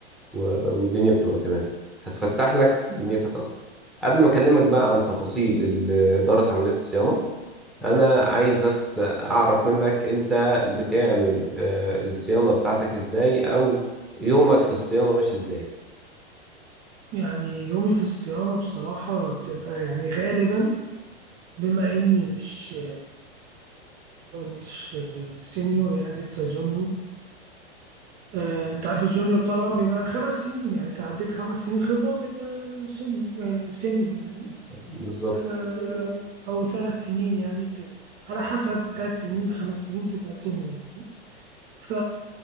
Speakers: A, in the centre; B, on the right (about 35°).
A: و- والدنيا بتبقى تمام هتفتح لك دنيتك اكتر قبل ما اكلمك بقى عن تفاصيل ال- اداره عمليات الصيانه انا عايز بس اعرف منك انت بتعمل آه، الصيانه بتاعتك ازاي او يومك في الصيانه ماشي ازاي
B: يعني يومي في الصيانة بصراحة بتبقى يعني غالبا بما اني مش مش سينيور يعني لسه جونيور آه، انت عارف الجونيور طبعا بيبقى خمس سنين يعني انت عديت خمس سنين خبرة بتبقى سينيور آه، سينيور يعني
A: بالظبط
B: ف بالظبط. او ثلاث سنين يعني بتبقى على حسب ثلاث سنين لخمس سنين بتبقى سينيور يعني ف...